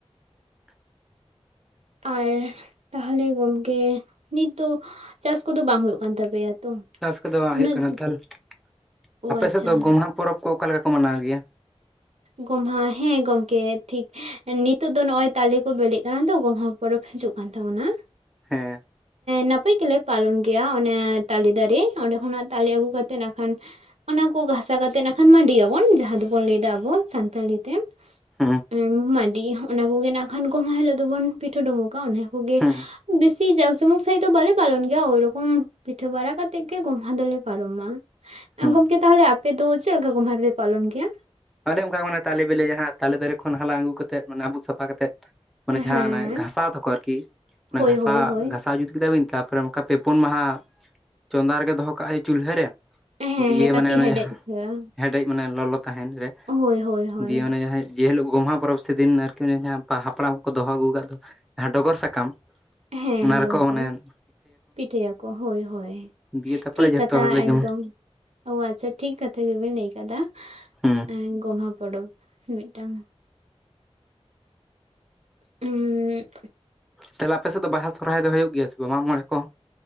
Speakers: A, in the centre; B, on the right (about 80°).
A: <inaudible>
B: ᱟᱨ ᱛᱟᱦᱞᱮ ᱜᱚᱢᱠᱮ ᱱᱤᱛ ᱫᱚ ᱪᱟᱥ ᱠᱚᱫᱚ ᱵᱟᱝ ᱦᱳᱭᱳᱜ ᱠᱟᱱ ᱛᱟᱯᱮᱭᱟ? ᱛᱚ
A: ᱪᱟᱥ ᱠᱚᱫᱚ ᱵᱟᱝ
B: ᱩᱱᱟᱹᱜ
A: ᱦᱳᱭᱳᱜ ᱠᱟᱱᱟ᱾ <unintelligible>
B: ᱚ
A: ᱟᱯᱮ
B: ᱟᱪᱪᱷᱟ
A: ᱥᱮᱫ ᱫᱚ ᱜᱚᱢᱦᱟ ᱯᱚᱨᱚᱵᱽ ᱠᱚ ᱚᱠᱟ ᱞᱮᱠᱟ ᱠᱚ ᱢᱟᱱᱟᱣ ᱜᱮᱭᱟ?
B: ᱜᱚᱢᱦᱟ ᱦᱮᱸ ᱜᱚᱝᱠᱮ ᱴᱷᱤᱠ ᱱᱤᱛᱚᱜ ᱫᱚ ᱱᱚᱜᱼᱚᱭ ᱛᱟᱞᱮ ᱠᱚ ᱵᱤᱞᱮᱜ ᱠᱟᱱᱟ ᱛᱚ ᱜᱚᱢᱦᱟ ᱯᱚᱨᱚᱵᱽ ᱦᱤᱡᱩᱜ ᱠᱟᱱ ᱛᱟᱵᱚᱱᱟ᱾
A: ᱦᱮᱸ
B: ᱱᱟᱯᱟᱭ ᱜᱮᱞᱮ ᱯᱟᱞᱚᱱ ᱜᱮᱭᱟ ᱚᱱᱮ ᱛᱟᱞᱮ ᱫᱟᱨᱮ ᱚᱸᱰᱮ ᱠᱷᱚᱱᱟᱜ ᱛᱟᱞᱮ ᱟᱹᱜᱩ ᱠᱟᱛᱮᱜ ᱱᱟᱠᱷᱟᱱ ᱚᱱᱟ ᱠᱚ ᱜᱷᱟᱥᱟ ᱠᱟᱛᱮᱜ ᱱᱟᱠᱷᱟᱱ ᱢᱟᱹᱰᱤ ᱭᱟᱵᱚᱱ ᱡᱟᱦᱟᱸ ᱫᱚᱵᱚᱱ ᱞᱮᱭ ᱫᱟ ᱵᱚᱱ ᱥᱟᱱᱛᱟᱞᱤ ᱛᱮ
A: ᱦᱩᱸ
B: ᱮᱸᱢ ᱢᱟᱹᱰᱤ ᱚᱱᱟ ᱠᱚᱜᱮ ᱱᱟᱠᱷᱟᱱ ᱜᱚᱢᱦᱟ ᱦᱤᱞᱳᱜ ᱫᱚᱵᱚᱱ ᱯᱤᱴᱷᱟᱹ ᱰᱳᱸᱵᱳᱠᱟ ᱚᱱᱟ ᱠᱚᱜᱮ᱾
A: ᱦᱩᱸ
B: ᱵᱮᱥᱤ ᱡᱟᱠ ᱡᱚᱢᱚᱠ ᱥᱟᱺᱦᱤᱡ ᱫᱚ ᱵᱟᱞᱮ ᱯᱟᱞᱚᱱ ᱜᱮᱭᱟ ᱳᱭᱨᱚᱠᱚᱢ ᱯᱤᱴᱷᱟᱹ ᱵᱟᱲᱟ ᱠᱟᱛᱮᱜ ᱜᱮ ᱜᱚᱢᱦᱟ ᱫᱚᱞᱮ ᱯᱟᱨᱚᱢᱟ᱾
A: ᱦᱩᱸ
B: ᱟᱸ ᱜᱚᱝᱠᱮ ᱛᱟᱦᱞᱮ ᱟᱯᱮ ᱫᱚ ᱪᱮᱫ ᱞᱮᱠᱟ ᱜᱚᱢᱦᱟ ᱯᱮ ᱯᱟᱞᱚᱱ ᱜᱮᱭᱟ?
A: ᱟᱞᱮ ᱚᱱᱠᱟ ᱢᱟᱱᱮ ᱛᱟᱞᱮ ᱵᱮᱞᱮ ᱡᱟᱦᱟᱸ ᱛᱟᱞᱮ ᱫᱟᱨᱮᱹ ᱠᱷᱚᱱ ᱦᱟᱞᱟᱝ ᱟᱹᱜᱩ ᱠᱟᱛᱮᱫ ᱢᱟᱱᱮ ᱟᱵᱩᱜ ᱥᱟᱯᱷᱟ ᱠᱟᱛᱮᱫ ᱢᱟᱱᱮ
B: ᱦᱮᱸ
A: ᱡᱟᱦᱟᱸ
B: ᱦᱮᱸ
A: ᱚᱱᱮ ᱜᱷᱟᱥᱟᱣ ᱫᱚᱠᱚ ᱟᱨᱠᱤ ᱚᱱᱟ
B: ᱦᱳᱭ
A: ᱜᱷᱟᱥᱟᱣ
B: ᱦᱳᱭ ᱦᱳᱭ
A: ᱜᱷᱟᱥᱟᱣ ᱡᱩᱛ ᱠᱮᱫᱟᱵᱤᱱ ᱛᱟᱯᱚᱨᱮ ᱚᱱᱠᱟ ᱯᱮ ᱯᱳᱱ ᱢᱟᱦᱟ ᱪᱚᱸᱫᱟ ᱨᱮᱜᱮ ᱫᱚᱦᱚ ᱠᱟᱜᱼᱟᱭ ᱪᱩᱞᱦᱟᱹ ᱨᱮ᱾
B: ᱦᱮᱸ
A: ᱫᱤᱭᱮ
B: ᱦᱮᱸ ᱠᱟᱹᱴᱤᱡ
A: ᱢᱟᱱᱮ ᱚᱱᱮ
B: ᱦᱮᱰᱮᱡ
A: ᱡᱟᱦᱟᱸ
B: ᱦᱩᱭᱩᱜᱼᱟ
A: ᱦᱮᱰᱮᱡ ᱢᱟᱱᱮ ᱞᱚᱞᱚ ᱛᱟᱦᱮᱱ ᱨᱮ᱾
B: ᱦᱳᱭ ᱦᱳᱭ᱾ ᱦᱳᱭ
A: ᱫᱤᱭᱮ ᱢᱟᱱᱮ ᱡᱟᱦᱟᱸᱭ ᱡᱮ ᱦᱮᱞᱳᱜ ᱜᱚᱢᱦᱟ ᱯᱚᱨᱚᱵᱽ ᱥᱮ ᱫᱤᱱ ᱟᱨᱠᱤ ᱚᱱᱮ ᱡᱟᱦᱟ ᱦᱟᱯᱲᱟᱢ ᱠᱚ ᱫᱚᱦᱚ ᱟᱹᱜᱩ ᱠᱟᱫ ᱫᱚ ᱡᱟᱦᱟᱸ ᱰᱚᱜᱚᱨ ᱥᱟᱠᱟᱢ᱾
B: ᱦᱮᱸ
A: ᱚᱱᱟ
B: ᱜᱚᱢᱠᱮ
A: ᱨᱮᱠᱚ ᱢᱟᱱᱮ
B: ᱯᱤᱴᱷᱟᱹᱭᱟᱠᱚ ᱦᱳᱭ ᱦᱳᱭ᱾
A: ᱫᱤᱭᱮ ᱛᱟᱨᱯᱚᱨᱮ
B: ᱴᱷᱤᱠ
A: ᱡᱚᱛᱚ
B: ᱠᱟᱛᱷᱟ
A: ᱦᱚᱲᱞᱮ
B: ᱮᱠᱫᱚᱢ
A: ᱡᱚᱢᱟ
B: ᱳ ᱟᱪᱪᱷᱟ ᱴᱷᱤᱠ ᱠᱟᱛᱷᱟ ᱜᱮᱵᱮᱱ ᱞᱟᱹᱭ ᱠᱟᱫᱟ᱾
A: ᱦᱩᱸ
B: ᱦᱮᱸ ᱜᱚᱢᱦᱟ ᱯᱚᱨᱚᱵᱽ ᱢᱤᱫᱴᱟᱝ ᱩᱸᱻ
A: ᱛᱟᱦᱞᱮ ᱟᱯᱮ ᱥᱮᱫ ᱫᱚ ᱵᱟᱦᱟ ᱥᱚᱦᱨᱟᱭ ᱫᱚ ᱦᱳᱭᱳᱜ ᱜᱮᱭᱟ ᱥᱮ ᱢᱟᱜ ᱢᱚᱬᱮ ᱠᱚ?